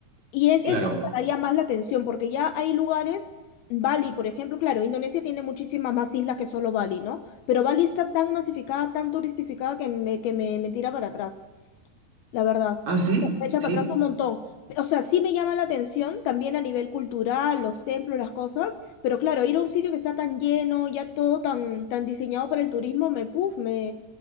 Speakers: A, on the left; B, on the right.
A: Y es,
B: claro.
A: eso me daría más la atención, porque ya hay lugares, Bali, por ejemplo, claro, Indonesia tiene muchísimas más islas que solo Bali, ¿no? Pero Bali está tan masificada, tan turistificada que me, que me, me tira para atrás. La verdad,
B: Ah, sí,
A: me echa
B: sí.
A: para atrás un montón. O sea, sí me llama la atención también a nivel cultural, los templos, las cosas, pero claro, ir a un sitio que está tan lleno, ya todo tan, tan diseñado para el turismo, me, puf, me,